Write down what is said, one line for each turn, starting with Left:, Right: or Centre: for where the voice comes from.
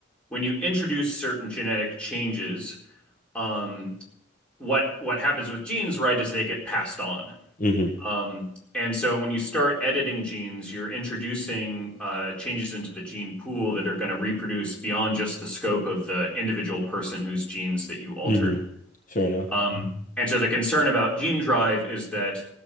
Centre: when you introduce certain genetic changes, um, what what happens with genes, right, is they get passed on.
Left: Mm-hmm.
Centre: Um, And so when you start editing genes, you're introducing uh, changes into the gene pool that are going to reproduce beyond just the scope of the individual person whose genes that you altered.
Left: Mm-hmm. Fair enough.
Centre: Um, and so the concern about gene drive is that